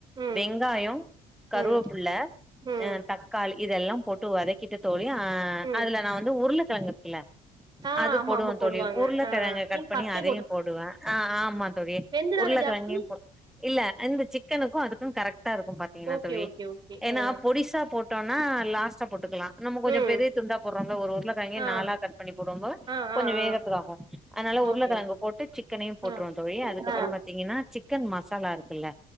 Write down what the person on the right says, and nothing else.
ம்
ம் ம்
ம்
ஆ
ஆமா
ஆமா போடுவாங்க
ஆ
நீங்க
ஃபஸ்ட்டே
வெந்துறாது
ஜாஸ்தி
ஓகே
ஓகே ஓகே
ஆ
ம்
ஆ
ஆ
ஆ
ஆ
ஓகே ஓகே
ஆ
ஆ